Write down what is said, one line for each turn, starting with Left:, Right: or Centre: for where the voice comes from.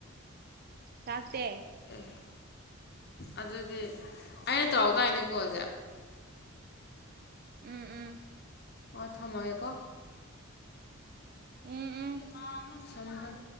Right: ꯂꯥꯛꯇꯦ
Left: ꯑꯦ ꯑꯗꯨꯗꯤ ꯑꯩꯅ ꯇꯧꯔꯛꯇꯥꯏꯅꯦ ꯀꯣꯜꯁꯦ
Right: ꯎꯝ ꯎꯝ
Left: ꯑꯣ ꯊꯝꯃꯒꯦꯀꯣ
Right: ꯎꯝ ꯎꯝ
Left: ꯊꯃꯦ ꯊꯃꯦ